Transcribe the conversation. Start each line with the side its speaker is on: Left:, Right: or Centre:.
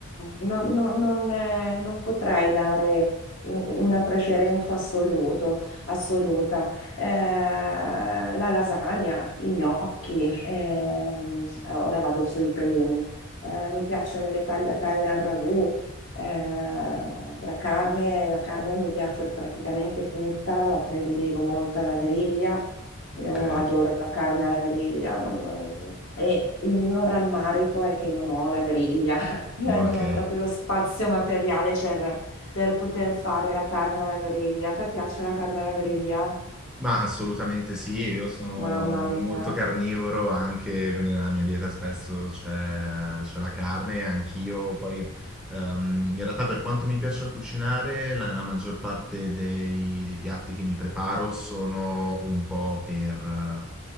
Left: non, non- non, eh, non potrei dare u- una preferenza assoluto- assoluta eh, la lasagna, i gnocchi, ehm, ora vado sui primi, Eh, mi piacciono le tagliatelle al ragù, eh, la carne, la carne mi piace praticamente tutta, la prediligo molto alla griglia. Io
Centre: Ok,
Left: adoro la carne alla griglia non- non- e il mio rammarico è che non ho la griglia, <laughs> Io
Centre: ok.
Left: non ho proprio lo spazio materiale per, per poter fare la carne alla griglia. Ti piace la carne alla griglia?
Centre: Ma assolutamente sì, io sono
Left: Mamma mia.
Centre: molto carnivoro anche, quindi nella mia dieta spesso c'è c'è la carne, anch'io poi ehm, in realtà per quanto mi piaccia cucinare, la, la maggior parte dei, dei piatti che mi preparo sono un po' per,